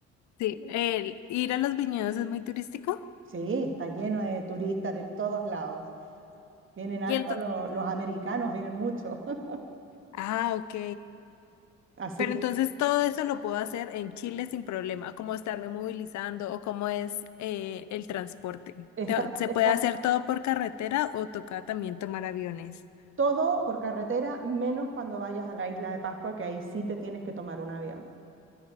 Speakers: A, on the left; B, on the right.
A: sí. El ir a los viñedos es muy turístico.
B: Sí, está lleno de turistas de todos lados. Vienen harto
A: Y entonces,
B: lo- los americanos, vienen mucho. <laughs>
A: ah, ok.
B: Así
A: Pero
B: que
A: entonces todo eso lo puedo hacer en Chile sin problema, como estarme movilizando o cómo es eh, el transporte.
B: está,
A: Te- ¿Se
B: está
A: puede hacer todo por carretera o toca también tomar aviones?
B: Todo por carretera, menos cuando vayas a la isla de Pascua, que ahí sí te tienes que tomar un avión.